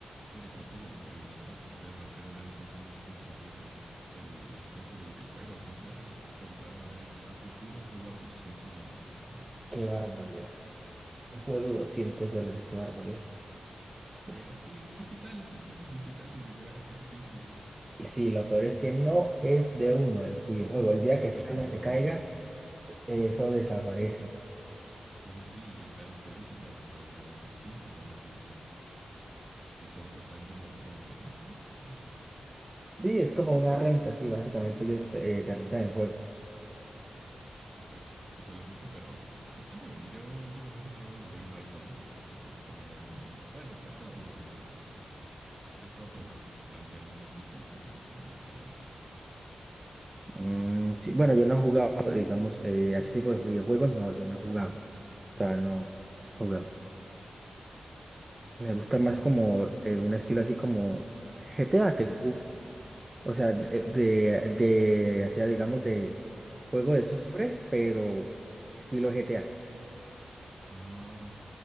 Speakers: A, on the right (about 45°); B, on the right (about 25°).
A: Mira, con esto del precio, puede marcar un antes y un después en esto de- del precio de videojuegos. Imagínate comprar a, ver- a futuro un juego a 200 dólares, ¿no?
B: Qué barbaridad. Un juego de 200 dólares, qué barbaridad. <laughs>
A: ¿verdad? Y es digital, <laughs> digital, ni siquiera <laughs> físico.
B: Y sí, lo peor es que no es de uno el videojuego. El día que esa
A: El
B: vaina
A: juego
B: se
A: no
B: caiga,
A: es de uno.
B: eso desaparece.
A: Sí, sí, sí, y está en las políticas, a ver, de Steam al menos está, que solo te están como rentando el juego, por así decirlo.
B: Sí, es como una renta, sí, básicamente ellos eh, te rentan el juego.
A: Qué feo, que fue el asunto, pero está muy bien. Yo últimamente he jugado los Devil May Cry porque están buenos. Bueno, he jugado el uno nada más, pero he estado probando, tanteando un tantito y si sí me gustan los combos, pues.
B: Mm, sí, bueno, yo no he jugado, digamos, eh, a ese tipo de videojuegos, no, yo no he jugado. Todavía no juego. Me gusta
A: Bueno,
B: más como eh, un estilo así como GTA, que tú, o sea, de, de, de- hacía, digamos, de juego de esos tres, pero estilo GTA.
A: ah,